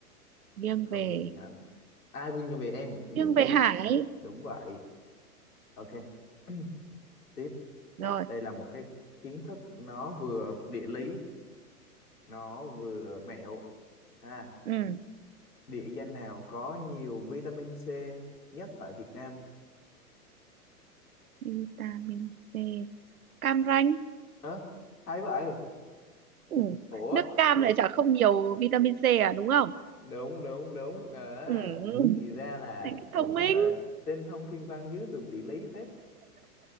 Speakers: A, on the right; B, on the left.
A: nghiêng
B: một không
A: về
B: cho chị Hạnh ai Quyên cho vì em ừ,
A: nghiêng về Hải
B: đúng vậy ok <clears throat> tiếp
A: rồi
B: đây là một cái kiến thức nó vừa địa lý nó vừa mẹo à
A: ừ.
B: địa danh nào có nhiều vitamin C nhất tại Việt Nam
A: vitamin C cam ranh
B: ơ hay vậy
A: ừ.
B: <laughs> ủa
A: nước cam lại chả không nhiều vitamin C à đúng không
B: đúng đúng đúng ờ
A: ừ.
B: thì ra là
A: Này, thông
B: cũng
A: minh
B: gọi là trên thông thiên văn dưới tường địa lý phết